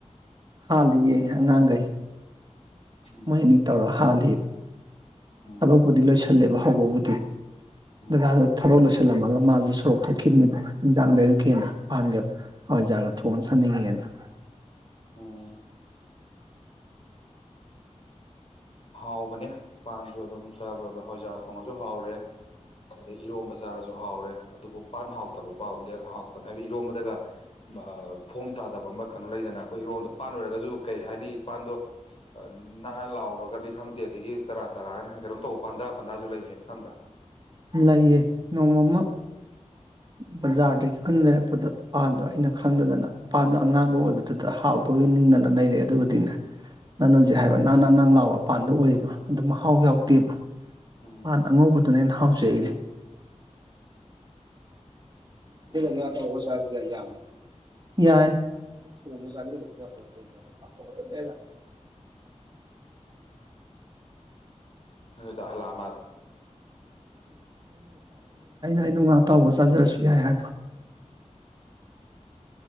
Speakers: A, on the right; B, on the left.
A: ꯍꯥꯥꯂꯤꯌꯦ ꯑꯉꯥꯡꯒꯩ
B: ꯎꯝ
A: ꯃꯣꯏ ꯅꯤ ꯇꯧꯔ ꯍꯥꯂꯤ
B: ꯎꯝ
A: ꯊꯕꯛꯄꯨꯗꯤ ꯂꯣꯏꯁꯤꯜꯂꯦꯕ ꯍꯧꯕꯕꯨꯗꯤ
B: ꯎꯝ
A: ꯑꯗꯨꯒ
B: ꯎꯝ
A: ꯊꯕꯛ ꯂ ꯊꯜꯂꯝꯃꯒ ꯃꯥꯁꯨ ꯁꯣꯔꯣꯛ ꯊꯣꯛꯈꯤꯕꯅꯦꯕ ꯏꯟꯖꯥꯡ ꯂꯩꯔꯨꯛꯀꯦꯅ ꯄꯍꯥꯟꯒ ꯍꯋꯥꯏꯖꯥꯔꯒ ꯊꯣꯡꯅ ꯁꯥꯅꯤꯡꯉꯦꯅ <unintelligible>
B: ꯎꯝ ꯍꯥꯎꯕꯅꯦ ꯄꯥꯟꯁꯨ ꯑꯗꯨꯝ ꯆꯥꯕ ꯑꯗ ꯍꯣꯏꯖꯥ ꯊꯣꯡꯉꯁꯨ ꯍꯥꯎꯔꯦ ꯑꯗꯩ ꯏꯔꯣꯝꯕ ꯆꯥꯔꯁꯨ ꯍꯥꯎꯔꯦ ꯑꯗꯨꯕꯨ ꯄꯥꯟ ꯍꯥꯎꯇꯕ ꯄꯥꯎꯗꯤ ꯑ ꯍꯥꯎꯇꯕ ꯍꯥꯏꯕꯗꯤ ꯏꯔꯣꯝꯕꯗꯒ <inaudible> ꯐꯣꯝ ꯇꯥꯗꯕ ꯑꯃ ꯀꯩꯅꯣ ꯂꯩꯗꯅ ꯑꯩꯈꯣꯏ ꯏꯔꯣꯟꯗꯣ ꯄꯥꯟ ꯑꯣꯏꯔꯒꯁꯨ ꯀꯩ ꯍꯥꯏꯅꯤ ꯏ ꯄꯥꯟꯗꯣ ꯅꯥꯟꯅ ꯂꯥꯎꯔꯒ ꯅꯤ ꯈꯪꯗꯦ ꯑꯗꯒꯤ ꯆꯔꯥ ꯆꯔꯥꯒꯅ ꯍꯦ ꯀꯩꯅꯣ ꯇꯧꯕ ꯄꯟꯗꯥ ꯄꯟꯗꯥꯁꯨ ꯂꯩꯕꯅꯦꯕ ꯈꯪꯕ꯭ꯔꯥ
A: ꯂꯩꯌꯦ ꯅꯣꯡꯃ ꯑꯃ ꯕꯖꯥꯔꯗꯒꯤ ꯑꯩꯈꯣꯏꯅ ꯂꯩꯔꯛꯄꯗ ꯄꯥꯟꯗꯣ ꯑꯩꯅ ꯈꯪꯗꯗꯅ ꯄꯥꯟꯗꯣ ꯑꯉꯥꯡꯕ ꯑꯣꯏꯕꯗꯨꯗ ꯍꯥꯎꯗꯒꯤ ꯅꯤꯡꯗꯅ ꯂꯩꯔꯛꯑꯦ ꯑꯗꯨꯕꯨꯗꯤꯅꯦ ꯅꯪꯅꯣꯟꯖꯤꯛ ꯍꯥꯏꯕ ꯅꯪ ꯅ ꯅꯪ ꯂꯥꯎꯕ ꯃꯄꯥꯟꯗ ꯑꯣꯏꯌꯦꯕ ꯑꯗꯨ ꯃꯍꯥꯎ ꯌꯥꯎꯗꯦꯕ
B: ꯎꯝ
A: ꯄ ꯑꯉꯧꯕꯗꯨꯅꯦ ꯊ ꯊꯁ ꯑꯩꯗꯤ
B: ꯑꯗꯨꯅꯤ
A: ꯑꯗꯨꯒ ꯌꯥꯕ꯭ꯔꯥ ꯌꯥꯏ <unintelligible>
B: ꯑꯗꯨꯗ ꯑꯃ
A: ꯑꯩꯝ ꯑꯇꯥꯎꯕ ꯆꯥꯖꯔꯁꯨ ꯌꯥꯏ ꯍꯥꯏꯕ